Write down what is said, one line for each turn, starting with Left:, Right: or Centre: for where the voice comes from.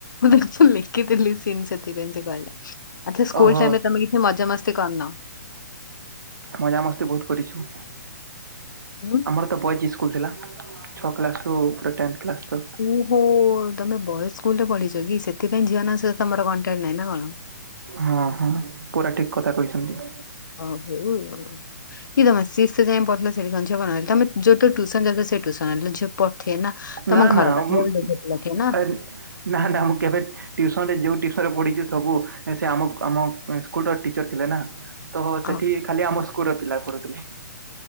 Left: ମୁଁ ଦେଖୁ ଲେଖିଥିଲି ସିନ୍ ସେଥିପାଇଁ ସେ କହିଲା। ଆଚ୍ଛା ସ୍କୁଲ
Right: ଓହୋ
Left: ଟାଇମରେ ତମେ କିଛି ମଜାମସ୍ତି କରିନ।
Right: ମଜାମସ୍ତି ବହୁତ୍ କରିଛୁ।
Left: ହୁଁ?
Right: ଆମର ତ ବଏଜ୍ ସ୍କୁଲ୍ ଥିଲା ଛଅ କ୍ଲାସ୍ରୁ ପୁରା ଟେନ୍ଥ କ୍ଲାସ ତ।
Left: ତୁ ହୋ ତମେ ବଏ ସ୍କୁଲରେ ପଢ଼ିଚ କି ସେଥିପାଇଁ ଝିଅନଙ୍କ ସହିତ ତମର କଣ୍ଟାକ୍ଟ ନାହିଁ ନା କଣ?
Right: ହଁ ହଁ ପୁରା ଠିକ୍ କଥା କହିଛନ୍ତି।
Left: ଓ ହଉ। କି ସିକସ ଯାଏ ପଥିଲା ସେଠି <unintelligible> ତମ ଯୋଉଠୁ ଟୁସନ୍ ଯାଉଥିଲ ସେଇ ଟୁସନ୍ <unintelligible> ଥିଏନା ତମ
Right: ନା
Left: ଘର
Right: ନା
Left: ପାଖରେ
Right: ମୁଁ
Left: ବି ବହୁତ ପିଲା ଥିବେ ନା।
Right: ଏ ନା ନା ମୁଁ କେ୍ୟବେଟ୍ ଟ୍ୟୁସନରେ ଯୋଉ <unintelligible> ପଡିଚି ସବୁ ସେ ଆମ ଆମ ସ୍କୁଲ ଟିଚର ଥିଲେ ନା। ତ
Left: ଓ
Right: ସେଠି ଖାଲି ଆମ ସ୍କୁଲର ପିଲା ପଢୁଥିଲେ।